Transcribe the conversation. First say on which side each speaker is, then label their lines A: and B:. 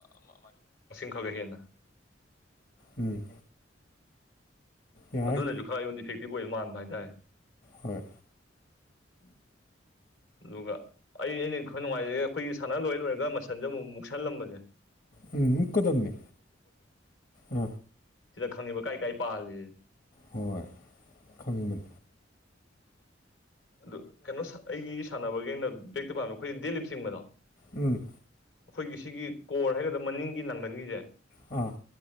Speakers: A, on the left; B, on the left.
A: ꯊꯣꯛꯒ ꯍꯦꯅ
B: ꯎꯝ ꯌꯥꯏ
A: ꯑꯗꯨꯅꯁꯨ ꯈꯔ ꯑꯩꯉꯣꯟꯗ ꯏꯐꯦꯛꯇꯤꯕ ꯑꯣꯏꯅ ꯃꯥꯟꯕ ꯍꯥꯏꯇꯥꯔꯦ
B: ꯍꯣꯏ
A: ꯑꯗꯨꯒ ꯑꯩ ꯑꯩꯅ ꯈꯔ ꯅꯨꯡꯉꯥꯏꯖꯒꯦ ꯑꯩꯈꯣꯏꯒꯤ ꯁꯥꯟꯅ ꯂꯣꯏꯔ ꯂꯣꯏꯔꯒ ꯃꯁꯟꯁꯦ ꯑꯃꯨꯛ ꯃꯨꯛꯁꯜꯂꯝꯕꯅꯦꯦ
B: ꯎꯝ ꯃꯨꯀꯗꯝꯅꯤ ꯑ
A: ꯁꯤꯗ ꯈꯪꯉꯤꯕ ꯀꯥꯏ ꯀꯥꯏ ꯄꯥꯜꯂꯤ
B: ꯍꯣꯏ ꯈꯪꯕꯅꯤ
A: ꯑꯗꯨ ꯀꯩꯅꯣ ꯑꯩꯒꯤ ꯁꯥꯟꯅꯕꯒꯤꯡꯅ ꯕ꯭ꯔꯦꯛꯇ ꯄꯥꯒ ꯑꯩꯈꯣꯏꯦ ꯗꯦꯂꯤꯆꯤꯡꯕꯗꯣ
B: ꯎꯝ
A: ꯑꯩꯈꯣꯏꯒꯤ ꯁꯤꯒꯤ ꯀꯣꯔ ꯍꯥꯏꯒꯗ꯭ꯔꯥ ꯃꯅꯤꯡꯒꯤ ꯅꯥꯒꯟꯒꯤꯁꯦ
B: ꯑ